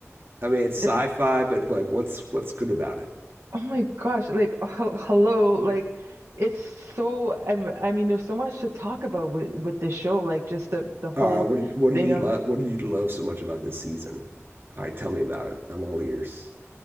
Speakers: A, on the right; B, on the right.
A: I mean, it's sci-fi,
B: <laughs>
A: but like what's what's good about it?
B: Oh my gosh, like hel- hello, like it's so I'm, I mean there's so much to talk about with with this show, like just the the whole
A: All right, what did what
B: thing
A: did you
B: of
A: love? What did you love so much about this season? All right, tell me about it. I'm all ears.